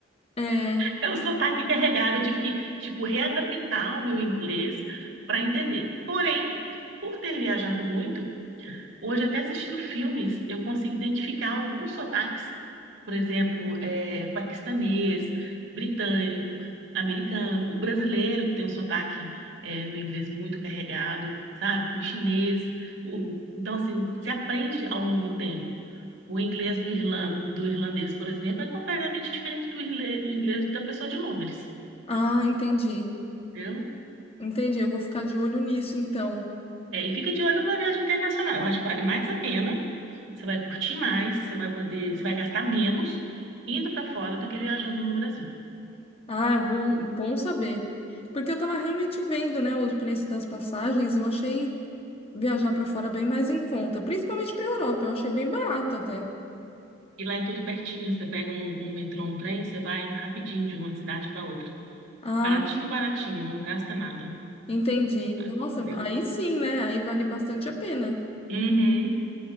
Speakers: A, on the left; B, on the right.
A: É.
B: É um sotaque carregado, eu tive que, tipo, readaptar o meu inglês para entender. Porém, por ter viajado muito, Hoje, até assistindo filmes, eu consigo identificar alguns sotaques, por exemplo, é, paquistanês, britânico, americano, o brasileiro, que tem um sotaque é, no inglês muito carregado, sabe? O chinês. o- Então, assim, se aprende ao longo do tempo. O inglês do irlan- do irlandês, por exemplo, é completamente diferente do irle- do inglês da pessoa de Londres,
A: Ah, entendi.
B: Entendeu?
A: Entendi. Eu vou ficar de olho nisso, então.
B: É, e fica de olho numa viagem internacional. Eu acho que vale mais a pena. Você vai curtir mais, você vai poder, você vai gastar menos indo para fora do que viajando no Brasil.
A: Ah, é bom, bom saber. Porque eu tava realmente vendo, né, os preços das passagens, eu achei viajar pra fora bem mais em conta, principalmente pra Europa, eu achei bem barato até.
B: E lá é tudo pertinho, você pega um, um metrô, um trem, você vai rapidinho de uma cidade para outra.
A: Ah,
B: Baratinho, baratinho, não gasta nada.
A: entendi.
B: tá?
A: Nossa,
B: Entendeu?
A: aí sim, né? Aí vale bastante a pena.
B: Uhum.